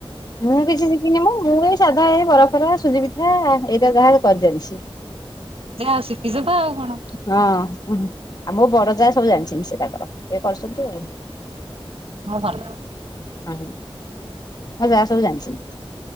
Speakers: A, on the left (about 40°); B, on the right (about 75°).
A: ମୁଁ କିଛି ମୁଁ ଏଇ ସାଧା ଏଇ ବରଫରା ସୁଜି ପିଠା ଏଇଟା ଯାହା କରି ଜାଣିଛି।
B: ଯ ଆଉ ଶିଖିଛ ତ ଆଉ କଣ।
A: ହଁ ଆଉ ମୋ ବଡ଼ ଯା ସବୁ ଜାଣିଛନ୍ତି ସେତକର ତାଙ୍କର ଇଏ କରୁଛନ୍ତି ଆଉ
B: ହଁ ଭଲ
A: ହୁଁ ହଁ। ହଁ ଯାହା ସବୁ ଜାଣିଛନ୍ତି।